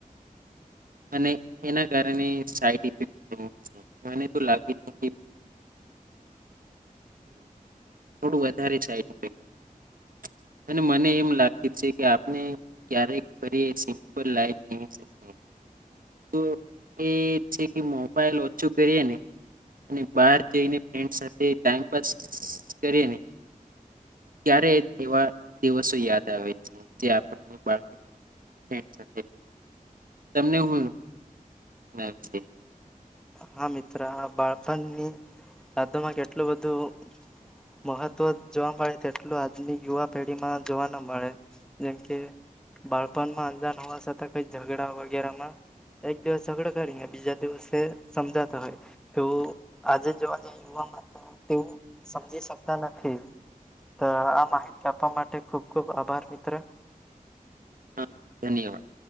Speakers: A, on the right; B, in the centre.
A: અને એના કારણે સાઈડ ઇફેક્ટ થાય છે. મને તો લાગે છે કે... થોડું વધારે સાઈડ ઇફેક્ટ. અને મને એમ લાગે છે કે આપણે ક્યારે ફરી એ સિમ્પલ લાઈફ જીવી શકીએ... તો એ છે મોબાઈલ ઓછું કરીએ ને અને બહાર જઈને ફ્રેન્ડ સાથે ટાઇમપાસ કરીએને ત્યારે એવા દિવસો યાદ આવે છે જે આપણે બાળપણમાં ફ્રેન્ડ સાથે. તમને શું.... ના <inaudible>
B: હા.. મિત્ર.. હા! બાળપણની યાદોમાં કેટલું બધું મહત્વ જોવા મળે તેટલું આજની યુવા પેઢી માં જોવા ના મળે. જેમ કે બાળપણમાં અજાણ હોવા છતાં કઈ ઝઘડા વગેરેમાં એક દિવસ ઝઘડો કરીને બીજા દિવસે... સમજાતા હોય. તો આજે જોવા જાય યુવાવામાં તો તેવું સમજી શકતા નથી. તો આ માહિતી આપવા માટે ખુબ.. ખુબ.. આભાર.. મિત્ર.
A: હા ધન્યવાદ